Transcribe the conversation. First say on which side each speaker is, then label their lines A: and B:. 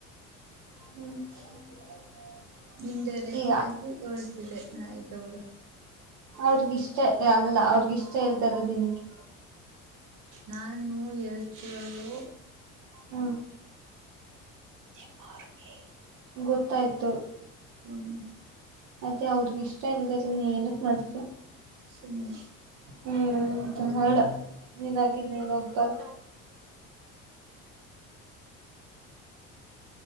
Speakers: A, on the right; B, on the right.
A: <unintelligible>
B: ಇನ್ಡೈರೆಕ್ಟ್
A: ಈ
B: ಆಗಿ ಹೊಳ್ತಿದ್ದೆ ಆಯ್ತು ಬಿಡು.
A: ಅವ್ರಗಿಷ್ಟ ಅಲ್ಲ ಅವ್ರಗಿಷ್ಟ ಇಲ್ಲದೆ ಇರೋದು ಏನುಕ್ಕೆ.
B: ನಾನು ಹೇಳ್ತಿರೋದು.
A: ಹ್ಮ
B: ನಿಮ್ಮೋರಿಗೆ.
A: ಗೊತ್ತಾಯಿತು.
B: ಹ್ಮ್ ಹ್ಮ್
A: ಅದೇ ಅವ್ರಗ ಇಷ್ಟ ಇಲ್ಲದೆ ಇರೋದು ಏನಿಕ್ಕೆ ಮಾಡ್ತಿಯಾ.
B: ಸುಮ್ನೆ.
A: ಹ್ಮ್ ಬೇಡ ನೀನಾಗಿ ನೀನೇ ಹೋಗಬೇಡ.